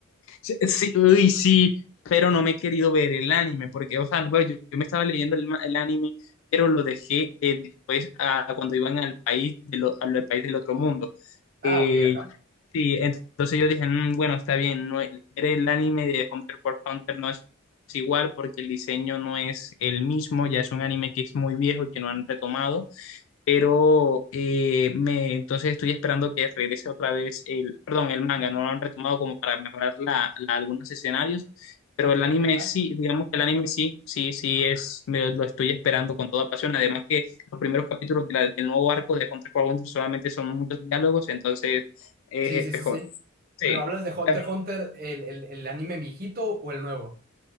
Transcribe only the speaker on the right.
Ah,
ok, ajá.
Ok,
ok,
ajá.
Sí, sí, sí,
sí.
Pero hablas de Hunter
x Hunter, el, el, el anime viejito o el nuevo.